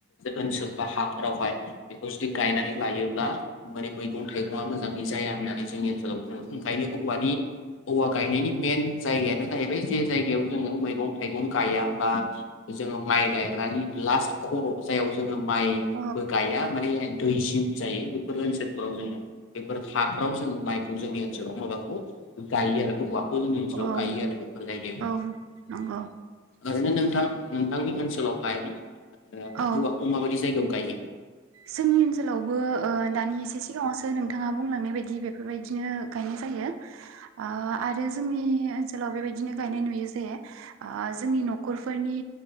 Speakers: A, on the left (about 75°); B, on the right (about 85°).
A: ओनसोल बा हा रावहाय बेखौ जुदि गायनानै लायो ब्ला माने मैगं थाइगंआ मोजाङै जाया होननानै जोंनि ओनसोलाव बुङो ओंखायनो औवानि औवा गायनायनि मेन जायगाया नाथाय जे जायगायाव जोङो मैगं थाइगं गाया बा जोङो माइ गायग्रानि लास्ट खर' जायाव जोङो माइबो
B: औ
A: गाया माने दै जिं जायो बेफोर ओनसोलफोराव जोङो बेफोर हाफ्राव जोङो माइखौ जोंनि ओनसोलाव माबाखौ गायो आरो औवाखौ जोंनि ओनसोलाव
B: औ
A: गायो आरो बेफोर जायगायाव
B: औ नंगौ
A: ओरैनो नोंथां नोंथांनि ओनसोलावहाय ओ औवाखौ
B: औ
A: माबायदि जायगायाव गायो
B: जोंनि ओनसोलावबो ओ दानि एसे सिगाङावसो नोंथाङा बुंलांनाय बायदि बेफोरबायदिनो गायनाय जायो ओ आ आरो जोंनि ओनसोलाव बेबायदिनो गायनाय नुयो जे ओ जोंनि न'खरफोरनि